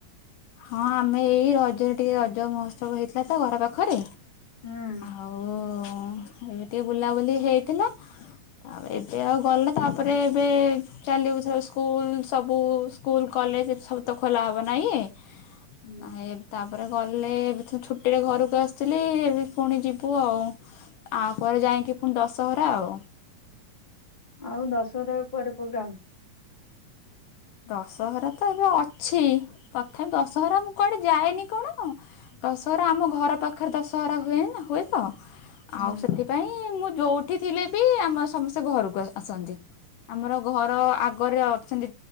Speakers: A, on the left (about 75°); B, on the left (about 15°).
A: ହଁ ଆମେ ଏଇ ରଜ ଟିକେ ରଜ ମହୋତ୍ସବ ହେଇଥିଲା ତ ଘର ପାଖରେ
B: ହୁଁ।
A: ଆଉ ହ ଏବେ ଟିକେ ବୁଲାବୁଲି ହେଇଥିଲା ତାପରେ ଏବେ ଆଉ ଗଲା ତାପରେ ଏବେ ଚାଲିବୁ ସ୍କୁଲ ସବୁ ସ୍କୁଲ କଲେଜ ଏ ସବୁ ତ ଖୋଲା ହବ ନାଇଁ
B: ହୁଁ।
A: ତା ତାପରେ ଗଲେ ଏବେ ତ ଛୁଟିରେ ଘରକୁ ଆସିଥିଲି ଏ ପୁଣି ଯିବୁ ଆଉ ତାପରେ ଯା କାହିଁକି ପୁଣି ଦଶହରା ଆଉ।
B: ଆଉ ଦଶହରା କୁଆଡେ ପ୍ରୋଗ୍ରାମ?
A: ଦଶହରା ତ ଏବେ ଅଛି ତଥାପି ଦଶହରା ମୁଁ କୁଆଡେ ଯାଏନି କଣ ଦଶହରା ଆମ ଘର ପାଖରେ ଦଶହରା ହୁଏ-ହୁଏ ତ
B: ହୁଁ।
A: ଆଉ ସେଥିପାଇଁ ମୁଁ ଯୋଉଠି ଥିଲେ ବି ଆମ ସମସ୍ତେ ଘରକୁ ଆ-ଆସନ୍ତି। ଆମର ଘର ଆଗରେ ଅଛନ୍ତି